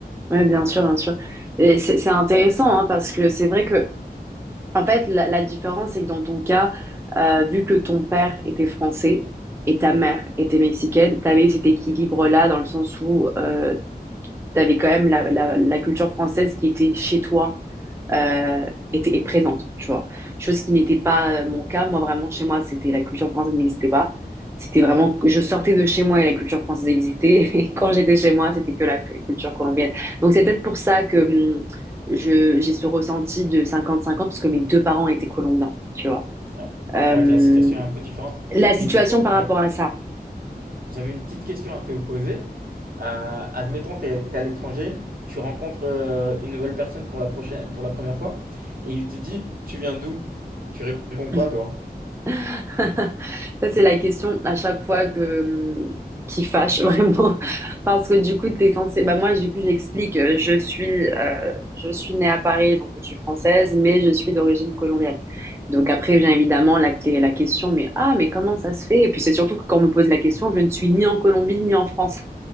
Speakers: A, on the right; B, on the right.
A: Ouais, bien sûr, bien sûr. Et c'est c'est intéressant hein, parce que c'est vrai que, en fait, la, la différence, c'est que dans ton cas, euh, vu que ton père était français et ta mère était mexicaine, t'avais cet équilibre-là dans le sens où euh, t'avais quand même la, la, la culture française qui était chez toi euh, était est présente, tu vois. Chose qui n'était pas euh, mon cas. Moi, vraiment, chez moi, c'était la culture française n'existait pas. C'était vraiment, je sortais de chez moi et la culture française existait. <laughs> Et quand j'étais chez moi, c'était que la cu- culture colombienne. Donc, c'est peut-être pour ça que hum, je, j'ai ce ressenti de 50-50 parce que mes deux parents étaient colombiens, tu vois.
B: Ouais.
A: Euh,
B: C'est vrai que la situation est un peu différente.
A: la situation
B: Mais du coup,
A: par
B: j'a-
A: rapport à ça.
B: j'avais une petite question à te poser. Euh, admettons, tu es, à l'étranger, tu rencontres euh, une nouvelle personne pour la prochaine, pour la première fois, et il te dit, tu viens d'où? Tu réponds
A: <laughs>
B: quoi, toi?
A: <laughs> Ça, c'est la question à chaque fois que mmh, qui fâche vraiment <laughs> parce que du coup t'es censé bah moi du coup j'explique euh, je suis euh, je suis née à Paris donc je suis française mais je suis d'origine colombienne donc après vient évidemment la clé la question mais ah mais comment ça se fait et puis c'est surtout que quand on me pose la question je ne suis ni en Colombie ni en France